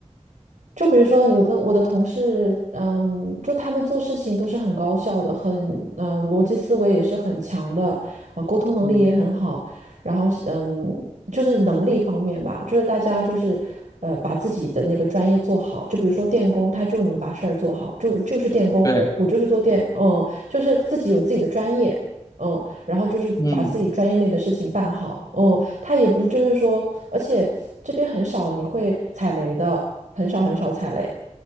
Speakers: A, on the right; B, on the left.
A: 就比如说你，我跟我的同事，嗯，就他们做事情都是很高效的，很，嗯、逻辑思维也是很强的，呃，沟通能力也很好，
B: 嗯
A: 然后，嗯，就是能力方面吧，就是大家就是，呃，把自己的那个专业做好，就比如说电工，他就能把事儿做好，就就是电工，
B: 对。
A: 我就是做电，嗯，就是自己有自己的专业，嗯，然后就是把自己专业内的事情办好，
B: 嗯。
A: 嗯，他也不就是说。而且这边很少你会踩雷的，很少很少踩雷。